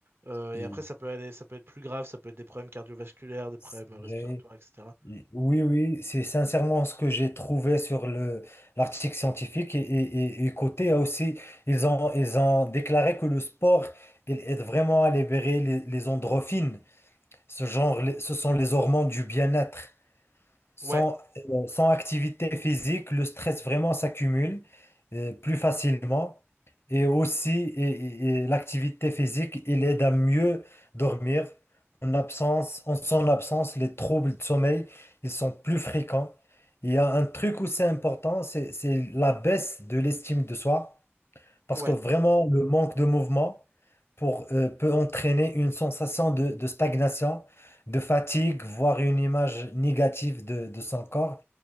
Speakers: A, on the right; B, on the left.
A: euh,
B: Si-
A: et après, ça peut aller, ça peut être plus grave, ça peut être des problèmes cardiovasculaires, des problèmes
B: c'est
A: euh, respiratoires,
B: vrai.
A: etc.
B: Et- Oui, oui, c'est sincèrement ce que j'ai trouvé sur le l'article scientifique. Et, et, et- et côté ah, aussi, ils ont, ils ont déclaré que le sport, il aide vraiment à libérer les, les endorphines. Ce genre, les- ce sont les hormones du bien-être. Sans,
A: Ouais,
B: euh, sans activité physique, le stress vraiment s'accumule euh, plus facilement. Et aussi, et- et- et l'activité physique, il aide à mieux dormir. En absence, en son absence, les troubles de sommeil, ils sont plus fréquents. Il y a un truc où c'est important, c'est c'est la baisse de l'estime de soi. Parce
A: ouais,
B: que vraiment, le manque de mouvement pour, euh, peut entraîner une sensation de, de stagnation, de fatigue, voire une image négative de, de son corps.